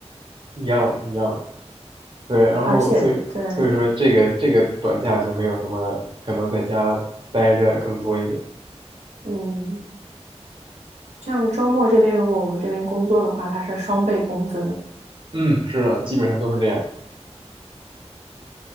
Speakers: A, on the right (about 45°); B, on the right (about 80°).
A: 一样的，一样的，对，然后所以所以说这个这个短假就没有什么，
B: 而且对，
A: 可能在家待着更多一点。
B: 嗯，像周末这边，如果我们这边工作的话，它是双倍工资的。
A: 嗯，是的，基本上都是这样。